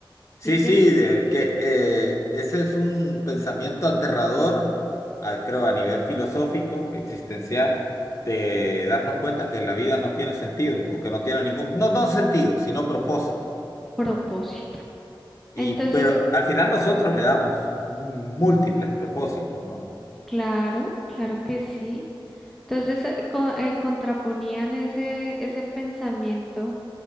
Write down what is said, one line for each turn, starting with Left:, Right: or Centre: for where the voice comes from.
Left: Sí,
Centre: y ya,
Left: sí, de, que eh, ese es un pensamiento aterrador, a- creo, a nivel filosófico, existencial, de darnos cuenta que la vida no tiene sentido o que no tiene ningún, no, no sentido, sino propósito.
Centre: propósito.
Left: Y,
Centre: Entonces,
Left: pero al final nosotros le damos múltiples propósitos, ¿no?
Centre: claro, claro que sí. Entonces, eh, co- eh, contraponían ese, ese pensamiento